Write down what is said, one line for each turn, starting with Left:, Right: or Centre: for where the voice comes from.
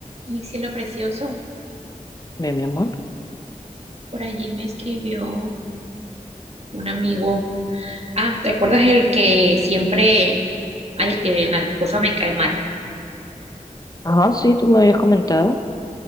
Right: Mi cielo precioso,
Left: Bien, mi amor.
Right: por allí me escribió un amigo. Ah, ¿te acuerdas el que siempre, ay, el que la esposa me cae mal?
Left: Ajá, sí, tú me habías comentado.